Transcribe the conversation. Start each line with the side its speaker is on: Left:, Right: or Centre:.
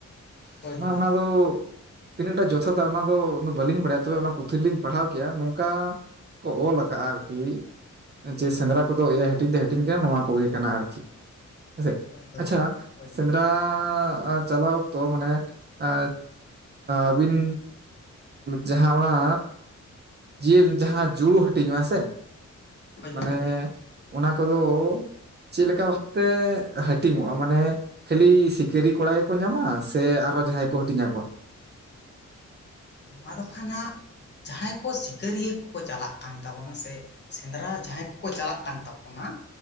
Left: ᱦᱳᱭ
Right: ᱢᱟᱱᱮ ᱚᱱᱟ ᱫᱚ ᱛᱤᱱᱟᱹᱜ ᱴᱟᱜ ᱡᱚᱛᱷᱟᱛᱟ ᱚᱱᱟ ᱫᱚ ᱚᱱᱟ ᱫᱚ ᱵᱟᱹᱞᱤᱧ ᱵᱟᱲᱟᱭᱟ ᱛᱚᱵᱮ ᱚᱱᱟ ᱯᱩᱛᱷᱤ ᱨᱤᱞᱤᱧ ᱯᱟᱲᱦᱟᱣ ᱠᱮᱭᱟ ᱱᱚᱝᱠᱟ ᱠᱚ ᱚᱞ ᱟᱠᱟᱜ-ᱟ ᱟᱨᱠᱤ᱾ ᱡᱮ ᱥᱮᱸᱫᱽᱨᱟ ᱠᱚᱫᱚ ᱮᱭᱟᱭ ᱦᱟᱹᱴᱤᱧ ᱛᱮ ᱦᱟᱹᱴᱤᱧ ᱠᱟᱱᱟ ᱱᱚᱣᱟ ᱠᱚᱜᱮ ᱠᱟᱱᱟ ᱟᱨᱠᱤ᱾ ᱦᱮᱸᱥᱮ᱾
Left: ᱦᱳᱭ
Right: ᱟᱪᱪᱷᱟ
Left: ᱦᱳᱭ
Right: ᱥᱮᱱᱫᱨᱟ ᱪᱟᱞᱟᱣ ᱚᱠᱛᱚ ᱢᱟᱱᱮ ᱟ ᱟᱵᱤᱱ ᱡᱟᱦᱟᱸ ᱚᱱᱟ ᱡᱤᱞ ᱡᱟᱦᱟᱸ ᱡᱩᱲᱩ ᱦᱟᱹᱴᱤᱧᱚᱜ-ᱟ ᱥᱮ ᱢᱟᱱᱮ
Left: ᱦᱳᱭ
Right: ᱚᱱᱟ ᱠᱚᱫᱚ ᱪᱮᱞ ᱞᱮᱠᱟ ᱵᱷᱟᱵᱯᱮ ᱦᱟᱹᱴᱤᱝᱚᱜ-ᱟ ᱢᱟᱱᱮ ᱠᱷᱟᱹᱞᱤ ᱥᱤᱠᱟᱹᱨᱤ ᱠᱚᱲᱟ ᱜᱮᱠᱚ ᱧᱟᱢᱟ ᱥᱮ ᱟᱨᱦᱚᱸ ᱡᱟᱦᱟᱸᱭ ᱠᱚ ᱦᱟᱹᱴᱤᱧ ᱟᱠᱚᱣᱟ?
Left: ᱟᱫᱚ ᱠᱷᱟᱱ ᱦᱟᱸᱜ ᱡᱟᱦᱟᱸᱭ ᱠᱚ ᱥᱤᱠᱟᱹᱨᱤᱭᱟᱹ ᱠᱚᱠᱚ ᱪᱟᱞᱟᱜ ᱠᱟᱱ ᱛᱟᱵᱚᱱᱟ ᱥᱮ ᱥᱮᱸᱫᱽᱨᱟ ᱡᱟᱦᱟᱸᱭ ᱠᱚᱠᱚ ᱪᱟᱞᱟᱜ ᱠᱟᱱ ᱛᱟᱵᱚᱱᱟ